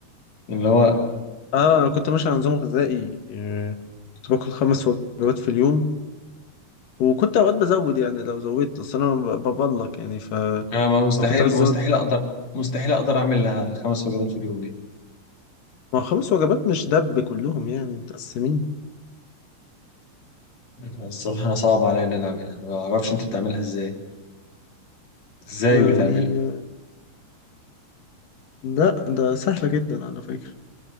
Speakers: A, on the left; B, on the left.
A: اللي هو
B: اه انا كنت ماشي على نظام غذائي آه، كنت باكل خمس وجبات في اليوم وكنت اوقات بزود يعني لو زودت اصل انا ببلك يعني فلو
A: انا ما مستحيل
B: كنت عايز
A: مستحيل
B: ازود
A: اقدر مستحيل اقدر اعمل خمس وجبات في اليوم دي
B: ما هو خمس وجبات مش دب كلهم يعني متقسمين
A: الصراحه انا صعب عليا ان انا اعملها ما اعرفش انت بتعملها ازاي ازاي
B: يعني
A: بتعملها
B: لا ده سهلة جدا على فكرة